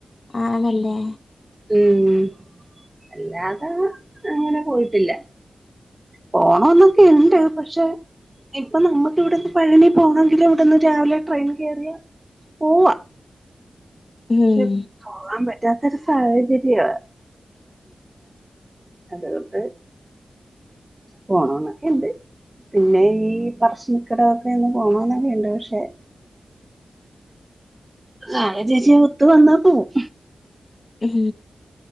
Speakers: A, on the left; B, on the right.
A: ആണല്ലേ.
B: ഉം അല്ലാതെ അങ്ങനെ പോയിട്ടില്ല. പോണംന്നൊക്കെ ഇണ്ട് പക്ഷെ. ഇപ്പൊ നമ്മുക്ക് ഇവിടെന്ന് പഴനി പോണമെങ്കിലും ഇവിടെന്ന് രാവിലെ ട്രെയിൻ കയറിയാ പോവാ.
A: ഉം
B: ശ. പോകാൻ പറ്റാത്തൊരു സാഹചര്യമാണ്പ്പ അതുകൊണ്ട്. പോണം എന്നൊക്കെയുണ്ട്. പിന്നെ ഈ പറശ്നിക്കിടൊക്കെന്ന് പോണന്നൊക്കെുണ്ട് പക്ഷെ. സാഹചര്യവും ഒത്ത് വന്നാ പോവും.
A: ഉ